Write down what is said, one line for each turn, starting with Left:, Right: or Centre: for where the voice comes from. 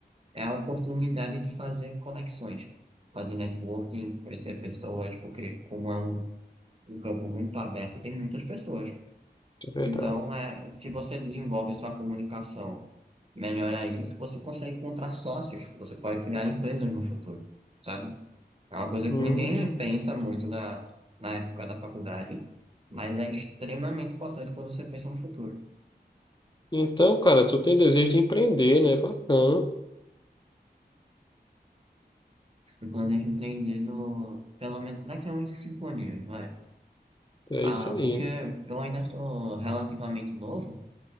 Right: é a oportunidade de fazer conexões, fazer networking, conhecer pessoas, porque como é um, um campo muito aberto, tem muitas pessoas.
Left: é verdade.
Right: Então, é, se você desenvolve sua comunicação, melhora isso, você consegue encontrar sócios, você pode criar empresas no futuro, sabe? É uma coisa
Left: Hum.
Right: que ninguém pensa muito na, na época da faculdade, mas é extremamente importante quando você pensa no futuro.
Left: Então, cara, tu tem desejo de empreender, né? Bacana.
Right: Eu planejo empreender no, pelo menos daqui a uns cinco anos, não
Left: É
Right: Ah,
Left: isso aí.
Right: porque eu ainda tô relativamente novo,